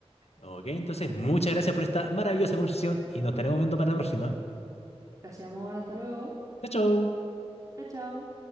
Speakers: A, on the left; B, on the right.
A: Ok, entonces muchas gracias por esta maravillosa conversación y nos estaremos viendo para la próxima.
B: Gracias, amor. Hasta luego.
A: Chao, chao.
B: Chao, chao.